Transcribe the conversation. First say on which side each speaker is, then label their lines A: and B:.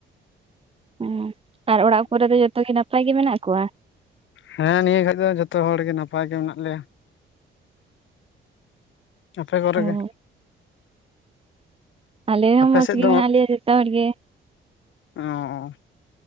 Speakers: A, on the right; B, on the left.
A: ᱦᱮᱸ ᱟᱨ ᱚᱲᱟᱜ ᱠᱚᱨᱮ ᱫᱚ ᱡᱚᱛᱚ ᱜᱮ ᱱᱟᱯᱟᱭ ᱜᱮ ᱢᱮᱱᱟᱜ ᱠᱚᱣᱟ?
B: ᱦᱮᱸ ᱱᱤᱭᱟᱹ ᱜᱷᱟᱲᱤᱪ ᱫᱚ ᱡᱷᱚᱛᱚ ᱦᱚᱲ ᱜᱮ ᱱᱟᱯᱟᱭ ᱜᱮ ᱢᱮᱱᱟᱜ ᱞᱮᱭᱟ᱾ ᱟᱯᱮ ᱠᱚᱨᱮ
A: ᱚ
B: ᱜᱮ
A: ᱟᱞᱮ ᱦᱚᱸ
B: ᱟᱯᱮ
A: ᱢᱚᱸᱡᱽ
B: ᱥᱮᱫ
A: ᱜᱮ
B: ᱫᱚ
A: ᱢᱮᱱᱟᱜ ᱞᱮᱭᱟ ᱡᱚᱛᱚ ᱦᱚᱲ ᱜᱮ᱾
B: ᱚ ᱦᱮᱸ